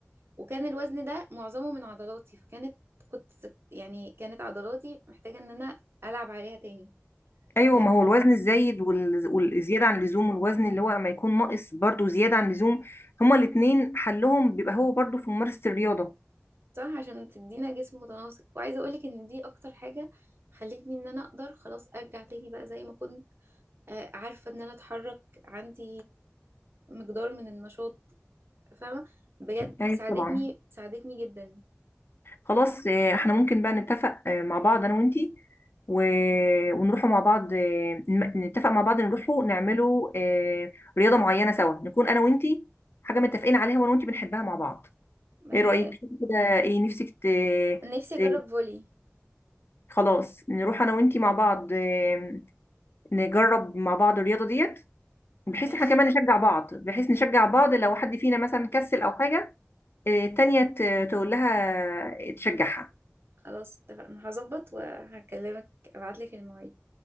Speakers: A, on the right (about 55°); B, on the left (about 55°).
A: وكان الوزن ده معظمه من عضلاتي فكانت كنت ست- يعني كانت عضلاتي محتاجة ان انا العب عليها تاني
B: ايوه
A: لا
B: ما هو الوزن الزايد وال- والزياده عن اللزوم والوزن اللي هو ما يكون ناقص برضو زياده عن اللزوم هما الاتنين حلهم بيبقى هو برضو في ممارسه الرياضه
A: صح عشان تدينا جسم متناسق وعايزة اقولك ان دي اكتر حاجة خلتني ان انا اقدر خلاص ارجع تاني بقى زي ما كنت آه، عارفة ان انا اتحرك عندي مقدار من النشاط فاهمة بجد
B: ايوه
A: ساعدتني
B: طبعا
A: ساعدتني جدا
B: خلاص آه، احنا ممكن بقى نتفق آه، مع بعض انا وانتي و... ونروحوا مع بعض آه، نم- نتفق مع بعض نروحوا نعملوا آه، رياضه معينه سوا نكون انا وانتي حاجه متفقين عليها وانا وانتي بنحبها مع بعض
A: آه،
B: ايه رايك كده ايه نفسك ت...
A: نفسي
B: ت...
A: اجرب فولي
B: خلاص نروح انا وانتي مع بعض آه، نجرب مع بعض الرياضه ديت بحيث
A: ماشي
B: احنا كمان نشجع بعض بحيث نشجع بعض لو حد فينا مثلا كسل او حاجه آه، التانيه ت- تقول لها تشجعها
A: خلاص اتفقنا هظبط وهكلمك ابعتلك المواعيد